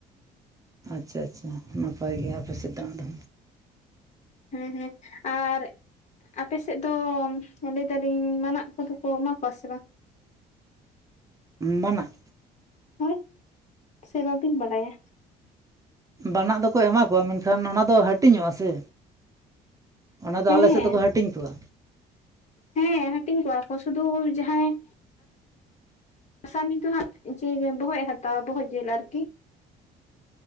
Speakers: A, on the right; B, on the left.
A: ᱟᱪᱪᱷᱟ ᱟᱪᱪᱷᱟ ᱱᱟᱯᱟᱭ ᱜᱮᱭᱟ ᱟᱯᱮ ᱥᱮᱫ ᱫᱚ᱾
B: ᱦᱮᱸ ᱦᱮᱸ ᱟᱨ ᱟᱯᱮ ᱥᱮᱫ ᱫᱚ ᱞᱟᱹᱭ ᱫᱟᱞᱤᱧ ᱢᱟᱱᱟᱜ ᱠᱚᱫᱚ ᱠᱚ ᱮᱢᱟ ᱠᱚᱣᱟ ᱥᱮ ᱵᱟᱝ?
A: ᱢᱟᱱᱟᱜ!
B: ᱦᱳᱭ ᱥᱮ ᱵᱟᱵᱤᱧ ᱵᱟᱲᱟᱭᱟ?
A: ᱵᱟᱱᱟᱜ ᱫᱚᱠᱚ ᱮᱢᱟ ᱠᱚᱣᱟ ᱢᱮᱱᱠᱷᱟᱱ ᱚᱱᱟ ᱫᱚ ᱦᱟᱹᱴᱤᱧᱚᱜᱼᱟ ᱥᱮ? ᱚᱱᱟ ᱫᱚ
B: ᱦᱮᱸ
A: ᱟᱞᱮ ᱥᱮᱫ ᱫᱚᱠᱚ ᱦᱟᱹᱴᱤᱧ ᱠᱚᱣᱟ᱾
B: ᱦᱮᱸ ᱦᱟᱹᱴᱤᱧ ᱠᱚᱜᱣᱟ ᱠᱚ ᱥᱩᱫᱩ ᱡᱟᱦᱟᱸᱭ ᱟᱥᱟᱢᱤ ᱫᱚ ᱦᱟᱸᱜ ᱡᱤᱞ ᱵᱚᱦᱚᱜ ᱮ ᱦᱟᱛᱟᱣᱟ ᱵᱚᱦᱚᱜ ᱡᱤᱞ ᱟᱨᱠᱤ᱾